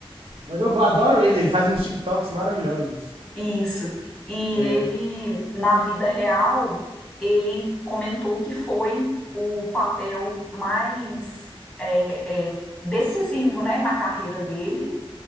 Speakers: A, on the right (about 85°); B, in the centre.
A: Mas eu adoro ele, ele faz uns TikToks maravilhosos.
B: Isso. E
A: É,
B: ele, na vida real, ele comentou que foi o papel mais é, é, decisivo, né, na carreira dele.